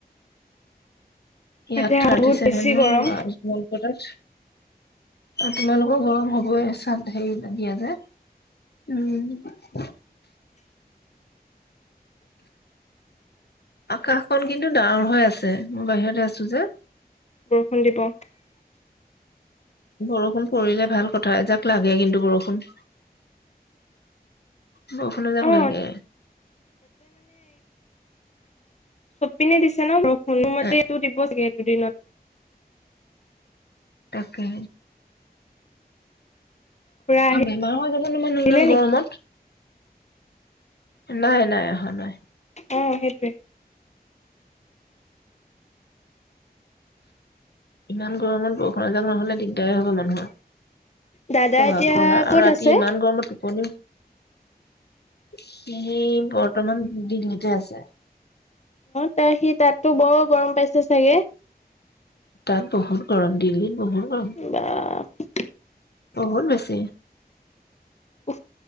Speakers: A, on the left; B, on the left.
A: তাতে
B: ইয়াত থাৰ্টি
A: বহুত
B: ছেভেন
A: বেছি
B: নলকটাত
A: গৰম
B: অ তোমালোকৰ গৰম হবই চাৰ্ড হেৰি নাইদিয়া যে উম আকাশখন কিন্তু ডাঙৰ হৈ আছে মই বাহিৰতে আছো যে
A: বৰষুণ দিব
B: বৰষুণ পৰিলে ভাল কথা এজাক লাগে কিন্তু বৰষুণ বৰষুণ এজাক
A: অ
B: লাগে
A: চপ পিনে দিছে ন বৰষুণ কোনোমতে
B: এ
A: এটো দিব গেল দুদিনত
B: তাকে
A: খুৰা
B: বেমাৰ হৈ যাব জানো মানে
A: আহিলে
B: ইমান গৰমত
A: নেকি
B: নাই নাই অহা নাই
A: অ সেইটোৱে
B: ইমান গৰমত বৰষুণ এজাক নহলে দিগদাৰ দায় হ'ব মানুহৰ
A: দাদা
B: শুৱা
A: এতিয়া
B: কৰা
A: ক'ত
B: আৰু ৰাতি
A: আছে
B: ইমান গৰমত টোপনি সেই বৰ বৰ্তমান দিল্লীতে আছে
A: ত সি তাততো বৰ গৰম পাইছে চাগে
B: তাত বহুত গৰম দিল্লীত বহুত গৰম
A: বা <unintelligible>
B: বহুত বেছি
A: উ